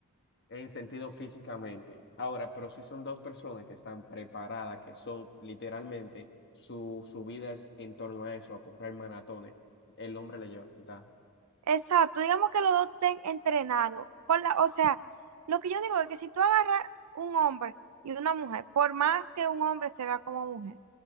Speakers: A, on the left (about 55°); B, on the right (about 85°).
A: En sentido físicamente. Ahora, pero si son dos personas que están preparadas, que son literalmente su, su vida es en torno a eso, a correr maratones, el hombre le lleva ventaja.
B: Exacto, digamos que los dos estén entrenados. Con la, o sea, lo que yo digo es que si tú agarras un hombre y una mujer, por más que un hombre se vea como mujer,